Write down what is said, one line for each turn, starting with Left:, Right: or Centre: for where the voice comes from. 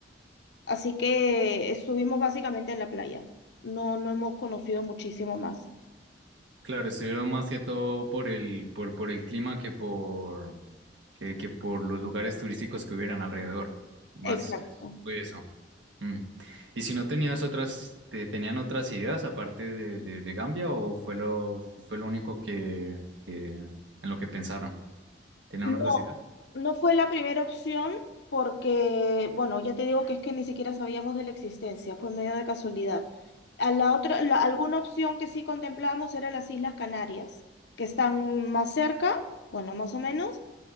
Left: Así que estuvimos básicamente en la playa. No, no hemos conocido muchísimo más.
Right: Claro, estuvieron más que todo por el, por, por el clima que por, que, que por los lugares turísticos que hubieran alrededor. Más
Left: Exacto.
Right: eh, fue eso. Mm. ¿Y si no tenías otras, te, tenían otras ideas aparte de, de- de Gambia o fue lo, fue lo único que, que- en lo que pensaron? ¿Tenían
Left: No,
Right: otras ideas?
Left: No fue la primera opción porque, bueno, ya te digo que es que ni siquiera sabíamos de la existencia, fue medio de casualidad. A la otra, la- alguna opción que sí contemplábamos era las Islas Canarias, que están más cerca, bueno, más o menos,